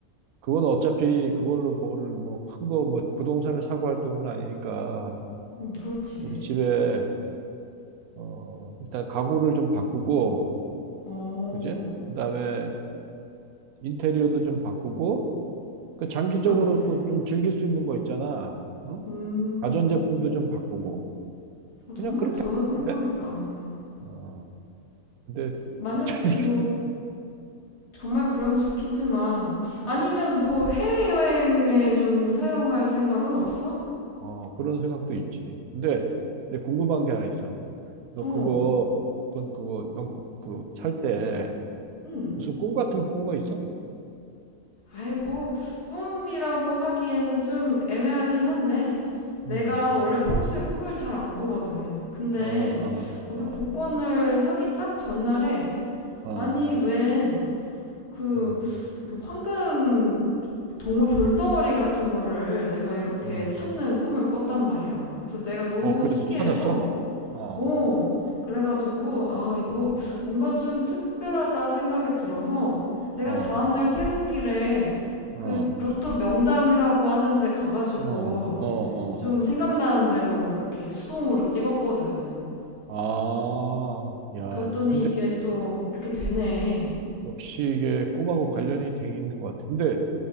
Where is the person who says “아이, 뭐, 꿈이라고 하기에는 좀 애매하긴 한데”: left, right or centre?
Left